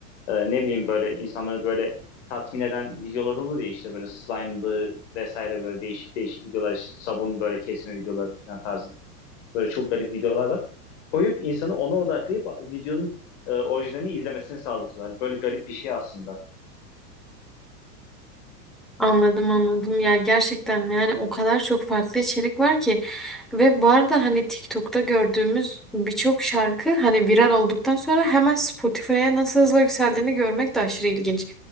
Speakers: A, on the left (about 45°); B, in the centre.
A: e, ne bileyim böyle insanları böyle tatmin eden videolar olur ya işte böyle slime'lı vesaire böyle değişik değişik videolar işte sabun böyle kesme videoları falan tarzında. Böyle çok garip videolar var. Koyup insanı ona odaklayıp videonun e, orijinalini izlemesini sağlatıyorlar. Böyle garip bir şey aslında.
B: Anladım anladım ya gerçekten yani o kadar çok farklı içerik var ki ve bu arada hani TikTok'ta gördüğümüz birçok şarkı hani viral olduktan sonra hemen Spotify'a nasıl hızla yükseldiğini görmek de aşırı ilginç.